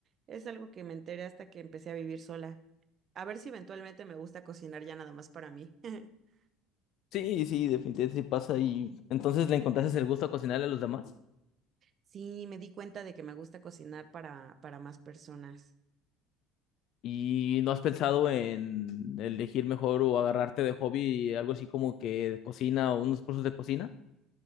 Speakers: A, on the right; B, on the left.
A: es algo que me enteré hasta que empecé a vivir sola. A ver si eventualmente me gusta cocinar ya nada más para mí. <laughs>
B: Sí, sí, definitivamente sí pasa. Y entonces le encontraste el gusto a cocinarle a los demás.
A: Sí, me di cuenta de que me gusta cocinar para, para más personas.
B: ¿Y no has pensado en elegir mejor o agarrarte de hobby algo así como que cocina o unos cursos de cocina?